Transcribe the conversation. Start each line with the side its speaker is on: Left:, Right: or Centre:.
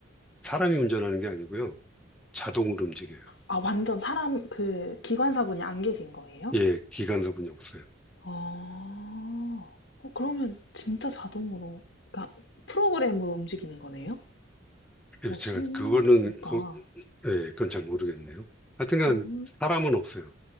Centre: 사람이 운전하는 게 아니고요 자동으로 움직여요.
Left: 아, 완전 사람, 그, 기관사분이 안 계신 거예요?
Centre: 예 기관사분이 없어요.
Left: 아... 어, 그러면 진짜 자동으로, 그러니까 프로그램으로 움직이는 거네요? 어,
Centre: 예, 제가
Left: 신기하다.
Centre: 그거는 그, 예, 그건 잘 모르겠네요. 하여튼간
Left: 그럼,
Centre: 사람은 없어요.